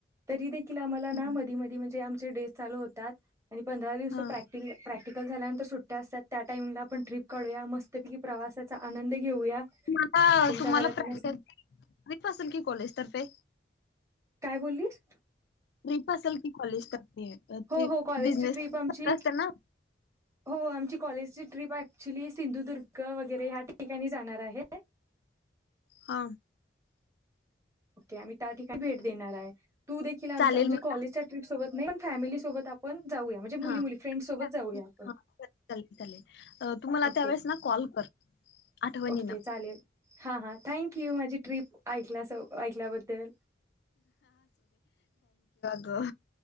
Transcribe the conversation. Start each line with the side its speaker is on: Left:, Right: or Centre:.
Right: तरी देखील आम्हाला
Left: हम्म,
Right: ना मधी मधी म्हणजे आमचं ते डेज चालू होतात आणि पंधरा दिवसा
Left: हा
Right: प्रॅक्ट प्रॅक्टि झाल्यानंतर सुट्ट्या असतात त्या टाईमला आपण ट्रीप काढूया मस्तपैकी प्रवासाचा आनंद घेऊया
Left: तुम्हाला
Right: तुमच्या
Left: तुम्हाला
Right: घरातल्यांना
Left: प्रॅक्टिस
Right: सांग
Left: ट्रीप असेल की कॉलेज तर्फे
Right: काय बोल्लीस
Left: ट्रीप असल कि कॉलेज तर्फे अ
Right: हो
Left: ते
Right: हो कॉलेजची
Left: बिजनेस
Right: ट्रिप
Left: सारख
Right: आमची
Left: आसत्या ना
Right: हो आमची कॉलेजची ट्रिप ॲक्च्युली सिंधुदुर्ग वगैरे ह्या ठिकाणी जाणार आहे
Left: हा
Right: ओके आम्ही त्या ठिकाणी भेट देणार आहे तू देखील आमच्या
Left: चालेल
Right: म्हणजे
Left: मला
Right: कॉलेजच्या ट्रिप सोबत मी पण फॅमिली सोबत आपण जाऊया म्हणजे मुली
Left: हा
Right: मुली
Left: ह
Right: फ्रेंड सोबत जाऊया आपण
Left: चालेल चालेल तु मला
Right: ओके
Left: त्यावेेळेस ना कॉल कर आठवणीनं
Right: ओके चालेल हा हा थँक यू माझी ट्रीप ऐकला सो ऐकल्याबद्दल
Left: हो